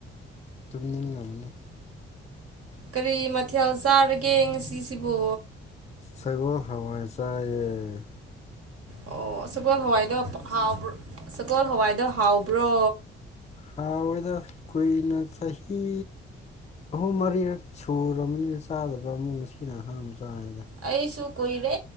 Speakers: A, on the left (about 25°); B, on the right (about 50°).
A: ꯇꯨꯝꯅꯤꯡꯉꯝꯅꯤ
B: ꯀꯔꯤ ꯃꯊꯦꯜ ꯆꯥꯔꯒꯦ ꯉꯁꯤꯁꯤꯕꯨ
A: ꯁꯒꯣꯜ ꯍꯋꯥꯏ ꯆꯥꯏꯑꯦ
B: ꯑꯣ ꯁꯒꯣꯜ ꯍꯋꯥꯏꯗꯣ ꯍꯥꯎꯕ꯭ꯔ ꯁꯒꯣꯜ ꯍꯋꯥꯏꯗꯣ ꯍꯥꯎꯕ꯭ꯔꯣ
A: ꯍꯥꯎꯋꯦꯗ ꯀꯨꯏꯅ ꯆꯍꯤ ꯑꯍꯨꯝ ꯃꯔꯤꯔꯛ ꯁꯨꯔꯝꯃꯅꯤ ꯆꯥꯗꯕ ꯑꯃꯨ ꯉꯁꯤꯅ ꯑꯍꯥꯟꯕ ꯆꯥ
B: ꯑꯩꯁꯨ ꯀꯨꯏꯔꯦ